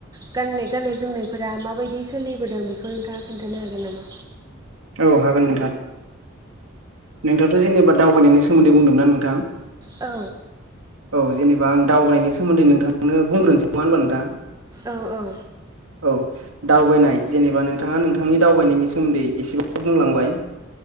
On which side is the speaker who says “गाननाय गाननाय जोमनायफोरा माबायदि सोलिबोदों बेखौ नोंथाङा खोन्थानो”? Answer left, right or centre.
Right